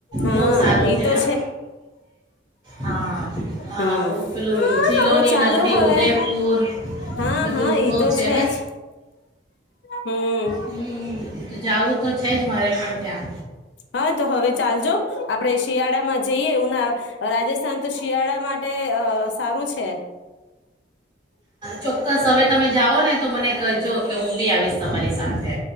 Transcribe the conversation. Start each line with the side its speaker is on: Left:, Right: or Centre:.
Left: હા
Right: બહુ સારું
Left: ઈ
Right: છે
Left: તો
Right: ને આમ હા અહ
Left: હમ
Right: પેલું જિલોની
Left: તો ચાલો
Right: નગરી
Left: હવે
Right: ઉદયપુર
Left: હા-હા
Right: બધું
Left: ઈ
Right: બહુ
Left: તો છે
Right: ને
Left: જ. હમ્મ.
Right: હમ, જાવું તો છે જ મારે પણ ત્યાં.
Left: હા તો હવે ચાલજો, આપણે શિયાળામાં જઈએ ઉના રાજસ્થાન તો શિયાળા માટે અહ સારું છે.
Right: ચોક્કસ હવે તમે જાઓ ને તો મને કહેજો કે હું બી આવીશ તમારી સાથે.